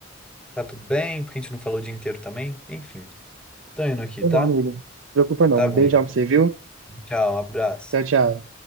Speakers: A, in the centre; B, on the right.
A: tá tudo bem, porque a gente não falou o dia inteiro também. Enfim, tô indo aqui,
B: Tá
A: tá?
B: bom, amigo. Não preocupa não.
A: Tá bom,
B: Beijão
A: então.
B: pra você, viu?
A: Tchau, um abraço.
B: Tchau, tchau.